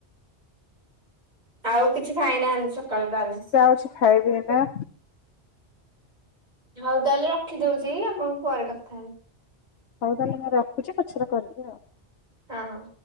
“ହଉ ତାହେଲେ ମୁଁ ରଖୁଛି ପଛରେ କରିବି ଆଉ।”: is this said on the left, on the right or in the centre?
Left